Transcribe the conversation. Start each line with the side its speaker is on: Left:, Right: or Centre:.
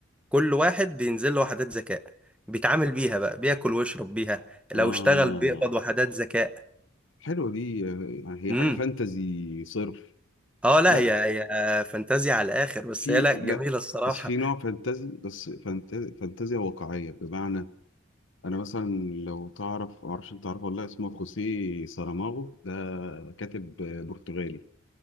Centre: كل واحد بينزل له وحدات ذكاء بيتعامل بيها بقى بياكل ويشرب بيها
Left: اه
Centre: لو اشتغل بيقبض وحدات ذكاء
Left: حلوه دي آه، هي
Centre: امم
Left: حاجه فانتزي صرف
Centre: اه لا
Left: لا
Centre: هي هي فانتازيا على الاخر بس
Left: في
Centre: هي لا
Left: لا
Centre: جميلة الصراحة
Left: اصل في نوع فانتزي بس فانتزي فانتزيا واقعيه بمعنى انا مثلا لو تعرف معرفش انت تعرفه والله اسمه خوسيه ساراماغو ده كاتب برتغالي